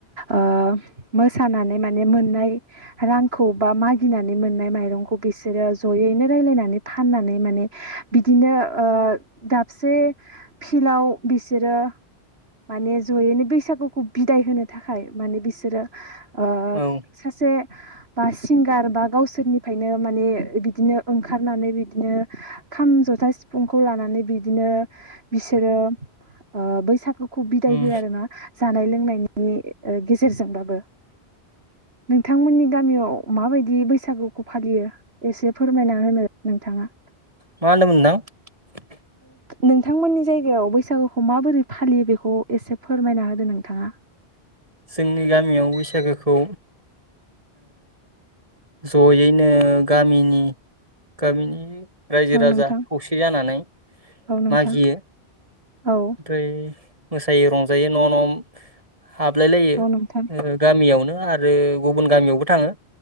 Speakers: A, on the right (about 70°); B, on the right (about 30°).
A: ओ मोसानानै माने मोननाय रां खौ बा मागिनानै मोननाय माइरंखौ बिसोरो जयैनो रायलायनानै फाननानै माने बिदि नो दाबसे फिल्डाव बिसोरो माने जयैनो बैसागुखौ बिदाय होनो थाखाय माने बिसोरो ओ
B: औ
A: सासे बा सिंगार बा गावसोरनिफ्रायनो माने बिदिनो ओंखारनानै बिदिनो खाम जथा जथा सिफुंखौ लानानै बिदिनो बिसोरो ओ बैसागु खौ बिदाय
B: उम
A: हो आरो ना जानाय लोंनायनि ओ गेजेरजोंबाबो नोंथांमोननि गामियाव माबायदि बैसागुखौ फालियो एसे फोरमायना होनो नोंथाङा?
B: मा होनदोंमोन नोंथां?
A: नोंथांमोननि जायगायाव बैसागोखौ माबोरै फालियो बेखौ एसे फोरमायना होदो नोंथाङा? <inaudible>
B: जोंनि गामियाव बैसागोखौ ओ ज'यैनो गामिनि गामिनि रायजो
A: औ
B: राजा
A: नोंथां
B: खौसे जानानै
A: औ नोंथां
B: मागियो।
A: औ
B: ओमफ्राय मोसायो रंजायो न' न' हाबलाय लायो
A: औ नोंथां
B: ओ गामियावनो आरो गुबुन गामियावबो थाङो।